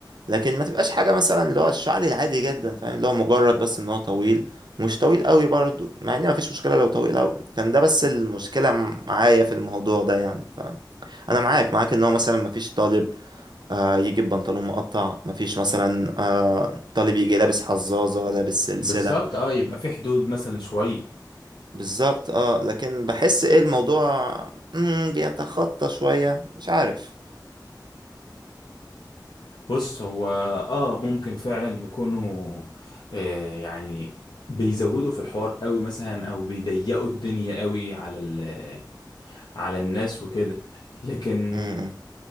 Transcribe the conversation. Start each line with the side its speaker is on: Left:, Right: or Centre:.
Right: لكن ما تبقاش حاجة مثلا اللي هو الشعري العادي جدا فاهم اللي هو مجرد بس ان هو طويل مش طويل قوي برضو مع ان ما فيش مشكلة لو طويل قوي كان ده بس المشكلة معايا في الموضوع ده يعني فاهم انا معاك معاك ان هو مثلا ما فيش طالب آه يجي ببنطلون مقطع مفيش مثلا آه طالب يجي لابس حزازة لابس سلسلة
Left: بالظبط اه يبقى في حدود مثلا شوية
Right: بالظبط اه لكن بحس ايه الموضوع مم بيتخطى شوية مش عارف
Left: بص هو اه ممكن فعلا يكونوا آه يعني بيزودوا في الحوار قوي مثلا او بيضيقوا الدنيا قوي على ال- على الناس وكده لكن
Right: مم،